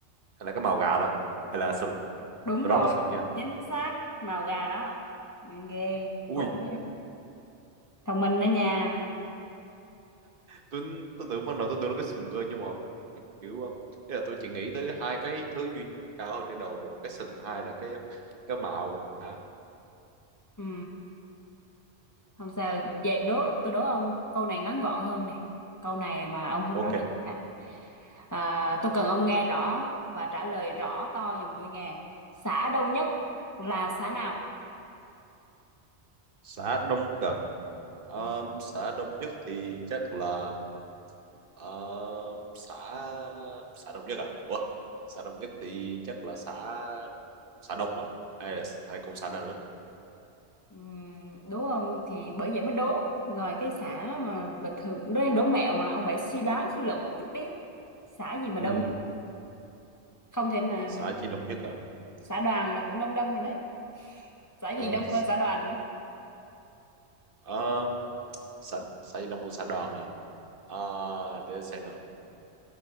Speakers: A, on the right (about 55°); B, on the left (about 20°).
A: hay là cái màu gà đó hay là sừng
B: đúng
A: tôi
B: rồi
A: đoán là sừng nha
B: chính xác màu gà đó Ừ, ghê
A: ui
B: cũng thông minh đó nha
A: tôi tôi tưởng ban đầu tôi tưởng nó cái sừng cơ nhưng mà kiểu um, ý là tôi chỉ nghĩ tới hai cái thứ duy nhất cao hơn trên đầu một cái sừng hai là cái cái mạo À,
B: ừ. không sao về đố tôi đố ông câu này ngắn gọn hơn này câu này mà ông không
A: ok
B: đoán được mất cả. À, tôi cần ông nghe rõ và trả lời rõ to giùm tôi nghe. Xã đông nhất là xã nào?
A: xã Đông Cờ um,
B: Ừ.
A: xã Đông Nhất thì chắc là um, xã xã Đông Nhất à Ủa xã Đông Nhất thì chắc là xã xã Đông à hay là hay còn xã nào nữa
B: Ừ, đúng không? Thì bởi vậy mới đố. Ngoài cái xã mà bình thường đố đố mẹo mà ông phải suy đoán suy luận một chút đi. Xã gì mà
A: Ừm,
B: đông nhất? Không thể là
A: xã chỉ Đông Nhất à
B: xã đoàn là cũng đông đông rồi đấy. Xã gì
A: rồi
B: đông hơn xã đoàn nữa?
A: um, xã xã chỉ Đông hơn xã Đoàn à à để xem nào